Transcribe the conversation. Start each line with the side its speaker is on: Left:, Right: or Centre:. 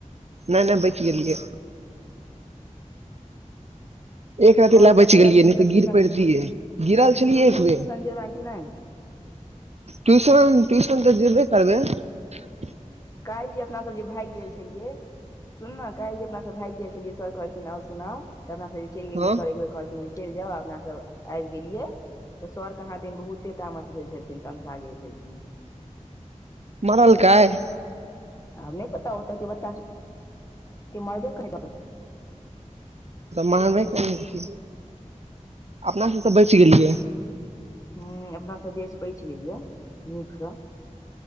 Right: नय नय बच गेलियै एक राइत
Left: आओर
Right: लए बच
Left: सब कहिया
Right: गेलियै
Left: ट्यूशन
Right: नहि तऽ गिर
Left: त्यूशन
Right: पड़तियै गिरल छलियै
Left: ट्यूशन
Right: एक बेर
Left: त्यूशन जेबे कि नहि
Right: ट्यूशन ट्यूशन तऽ जेबे करबइ
Left: कहिल जे अपना सब जे भाइग गेल छलियै सुनना काल जे अपना सब भाइग गेल छलियै सर कहलखिन न सुनाउ तऽ अपना सब चलि गेलियै
Right: हँ
Left: सर कहलथि जे चइल जाउ अपना सब आबि गेलियै तऽ सर कहा दिन बहुते तामस भेल छलखिन तमशाे छलखिन
Right: मराल काय
Left: आब नय पता ओत के बच्चा मरबे कही दक
Right: मानबे करे अइछ अपना सब तऽ बच गेलियै
Left: हं अपनासँ बेच बचि गेलियै नीकसँ